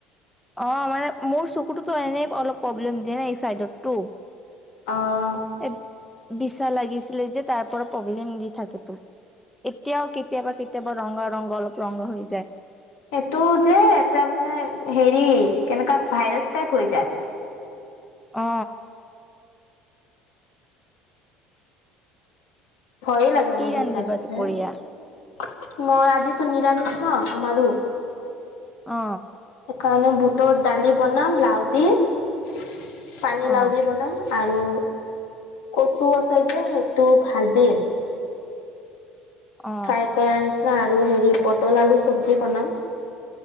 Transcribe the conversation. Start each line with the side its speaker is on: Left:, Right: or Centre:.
Centre: অ মানে মোৰ চকুটোতো এনেই অলপ প্ৰব্লেম দিয়ে নাই এই চাইডতো
Left: অ
Centre: এ বিছা লাগিছিলে যে তাৰ পৰা প্ৰব্লেম দি থাকেতো এতিয়াও কেতিয়াবা কেতিয়াবা ৰঙা ৰঙা অলপ ৰঙা হৈ যায়
Left: এইটো যে এটা মানে হেৰি কেনেকা ভাইৰাছ টাইপ হৈ যায়
Centre: অ
Left: ভয়ে লাগে
Centre: কি
Left: মোৰ বিচা
Centre: ৰান্ধিবা
Left: চিচা
Centre: দুপৰীয়া
Left: মই আজিতো নিৰামিষ ন আমাৰো
Centre: অ
Left: শুকানে বুটৰ দালি বনাম লাউ দি পানী
Centre: অ
Left: লাও দি বনাম। আৰু কচু আছে যে সেইটো ভাজিম
Centre: অ
Left: ফ্ৰাই কৰাৰ নিচিনা আৰু হেৰি পটল আলু চব্জি বনাম।